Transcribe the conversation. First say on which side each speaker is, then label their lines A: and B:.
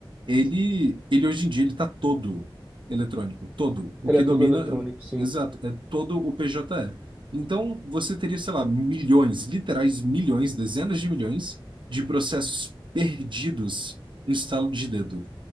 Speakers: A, on the right (about 65°); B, on the right (about 15°).
A: Ele, ele hoje em dia ele está todo eletrônico, todo. O
B: Ele
A: que
B: é
A: domina,
B: todo eletrônico, sim.
A: exato, é todo o PJE. Então você teria, sei lá, milhões, literais milhões, dezenas de milhões de processos perdidos no estalo de dedo.